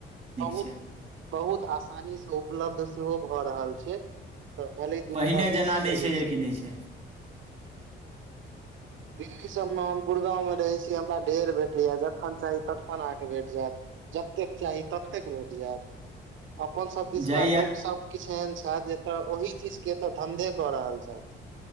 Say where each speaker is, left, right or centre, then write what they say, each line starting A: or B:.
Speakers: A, on the right (about 75°); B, on the right (about 30°).
A: बहुत,
B: छै
A: बहुत आसानी से उपलब्ध सेहो भ रहल छै। तऽ भले दू
B: पहिने
A: टका बेसी
B: जेना नहि
A: लगै
B: छै, जे कि नै छै।
A: दिल्ली सबमे हम गुड़गांव मे रहै छी, हमरा ढेर भेटैये, जखन चाही तखन अहांके भेट जायत, जतेक चाही ततेक भेट जायत। अपन सब दिसका
B: जाइया
A: लोक सब किछ एहेन छथि जे एत ओहि चीज के त धंधे क रहल छथि।